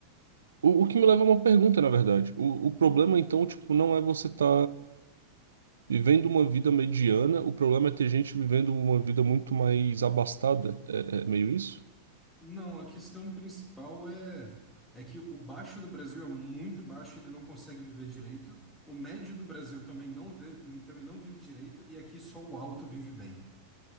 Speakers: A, on the right; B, in the centre.
A: o, o que me leva a uma pergunta, na verdade. O, o problema, então, tipo, não é você tá vivendo uma vida mediana. O problema é ter gente vivendo uma vida muito mais abastada. É, é meio isso?
B: Não, a questão principal é, é que o baixo do Brasil é muito baixo, ele não consegue viver direito. O médio do Brasil também não vive, também não vive direito, e aqui só o alto vive bem.